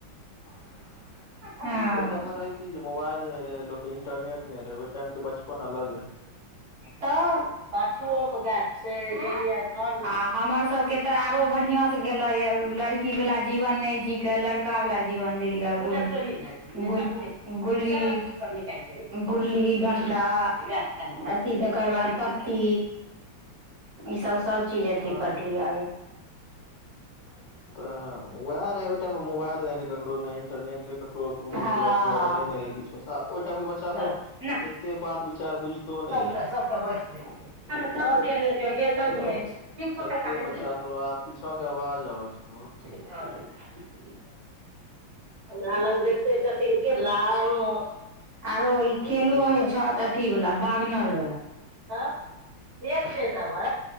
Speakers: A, on the left; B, on the right.
A: त
B: हँ
A: ओहि टाइममे रहै कि जे मोबाइल नहि रहै लोक इंटरनेट नहि रहै ओ टाइम के बचपन अलग रहै
B: तऽ पाछुओ के गाछ छै <unintelligible> आ हमर सबके तऽ आरो बढ़िआँसँ गेलै य लड़की वला जीवन नहि जी केँ लड़का वला जीवन जिलयै बुल <unintelligible> गु गुली <unintelligible> गुल्ली डंटा अथी तकर बाद पत्ती ई सब सब चीज अथी
A: हँ
B: करलियै य
A: <inaudible> तऽ उएह रहै ओहि टाइम मे मोबाइल नै रहै ककरो नई इंटरनेट रहै ककरो कोनो मतलब
B: हँ
A: नै रहै नहि रहै किछ आ ओई टाइम के बच्चा
B: नहि
A: सब एते बात विचार बुझितो नहि रहए
B: तऽ सबके बचतै, <unintelligible>
A: जते बच्चा सब आब पीछा के आवाज आबै छै बहुत
B: <inaudible>
A: <inaudible>
B: नालंदे के छथिन के लाल <unintelligible> आरो ओ ई केलो
A: बुझली
B: होइ छथ त अथीवला बागनर बला त फेेक दे देबै